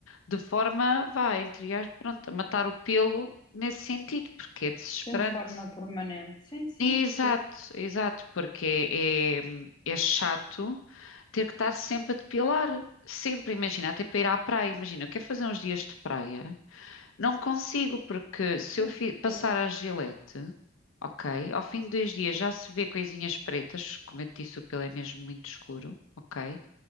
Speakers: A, on the left; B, on the left.
A: de forma, vá, entre aspas, pronto, a matar o pelo nesse sentido, porque é desesperante.
B: Sim, de forma permanente. Sim, sim,
A: Exato,
B: percebo.
A: exato, porque é, é, é chato ter que estar sempre a depilar. Sempre, imagina, até para ir à praia, imagina, eu quero fazer uns dias de praia, não consigo, porque se
B: Eu
A: eu fi-
B: percebo.
A: passar a Gillette, ok, ao fim de dois dias já se vê coisinhas pretas, como eu te disse, o pelo é mesmo muito escuro, ok?